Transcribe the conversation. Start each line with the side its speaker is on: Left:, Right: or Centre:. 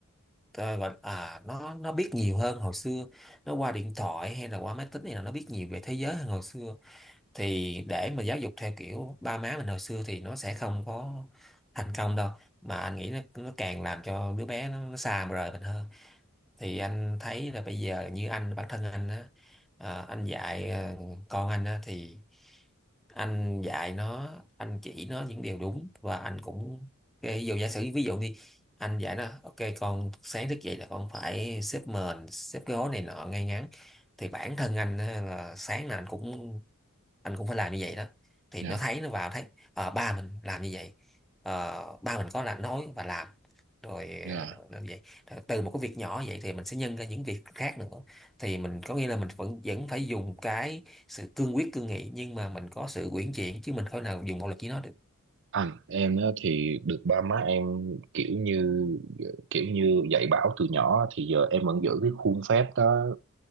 Centre: ờ, gọi à nó nó biết nhiều hơn hồi xưa nó qua điện thoại hay là qua máy tính này là nó biết nhiều về thế giới hơn hồi xưa thì để mà giáo dục theo kiểu ba má mình hồi xưa thì nó sẽ không có thành công đâu mà anh nghĩ nó nó càng làm cho đứa bé nó, nó xa rời mình hơn thì anh thấy là bây giờ như anh bản thân anh á à, anh dạy à, con anh á thì anh dạy nó anh chỉ nó những điều đúng và anh cũng cái ví dụ giả sử ví dụ đi anh dạy nó ok con sáng thức dậy là con phải xếp mền xếp cái gối này nọ ngay ngắn thì bản thân anh á, là sáng nào anh cũng anh cũng phải làm như vậy đó thì
Right: Dạ,
Centre: nó thấy nó vào thấy ờ, ba mình làm như vậy Ờ, ba mình có là nói và làm rồi
Right: dạ.
Centre: ờ, làm vậy Rồi từ một cái việc nhỏ vậy thì mình sẽ nhân ra những việc khác nữa thì mình có nghĩa là mình vẫn vẫn phải dùng cái sự cương quyết cương nghị nhưng mà mình có sự uyển chuyển chứ mình không thể nào dùng bạo lực với nó được
Right: anh em á, thì được ba má em kiểu như kiểu như dạy bảo từ nhỏ thì giờ em vẫn giữ cái khuôn phép đó